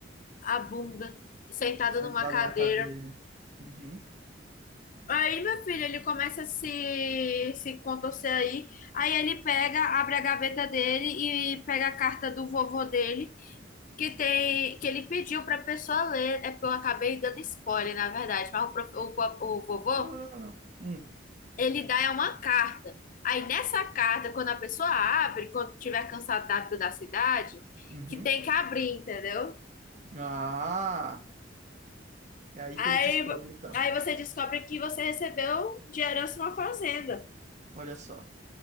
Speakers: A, on the left; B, on the right.
A: a bunda sentada
B: Sentada
A: numa cadeira.
B: na cadeira. Uhum. Não
A: Aí, meu filho, ele começa a se, se contorcer aí. Aí ele pega, abre a gaveta dele e pega a carta do vovô dele, que tem que ele pediu pra pessoa ler. É porque eu acabei dando spoiler, na verdade. Mas o, prof- o, o o vovô,
B: tem problema, não. Hum.
A: ele dá uma carta. Aí nessa carta, quando a pessoa abre, quando tiver cansado da vida da cidade,
B: Uhum.
A: que tem que abrir, entendeu?
B: Ah! É aí
A: Aí,
B: que ele descobre, então.
A: aí você descobre que você recebeu de herança uma fazenda.
B: Olha só.